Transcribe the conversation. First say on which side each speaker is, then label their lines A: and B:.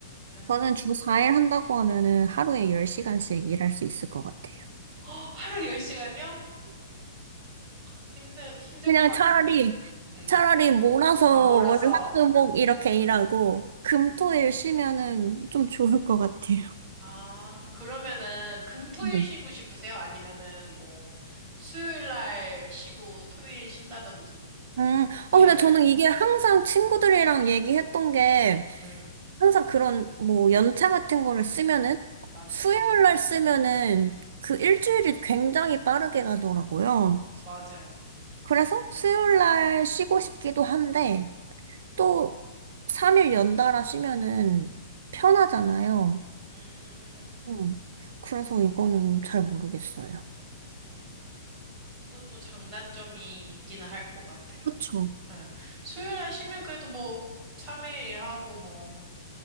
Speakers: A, in the centre; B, on the right (about 55°).
A: 예.
B: 저는 주 4일 한다고 하면은 하루에 10시간씩 일할 수 있을 것 같아요.
A: <gasps> 허, 하루 10시간이요? 힘들, 힘들
B: 그냥
A: 것 같은데?
B: 차라리,
A: 응.
B: 차라리 몰아서
A: 아, 몰아서.
B: 월화수목 이렇게 일하고, 금토일 쉬면은 좀 좋을 것 같아요.
A: 아, 그러면은 금토일
B: 네.
A: 쉬고 싶으세요? 아니면은 뭐 수요일 날 쉬고 토요일 쉰다든지
B: 음,
A: 이런
B: 어, 근데
A: 게.
B: 저는 이게 항상 친구들이랑 얘기했던 게,
A: 응,
B: 항상 그런, 뭐, 연차 같은 거를 쓰면은,
A: 맞아요.
B: 수요일 날 쓰면은, 그 일주일이 굉장히 빠르게 가더라고요.
A: 맞아요.
B: 그래서 수요일 날 쉬고 싶기도 한데, 또, 3일 연달아 쉬면은 편하잖아요.
A: 음,
B: 음. 그래서 이거는 잘 모르겠어요.
A: 음. 이것도 장단점이 있기는 할 것 같아요.
B: 그쵸?
A: 응. 수요일 날 쉬면 그래도 뭐 3일 일하고 뭐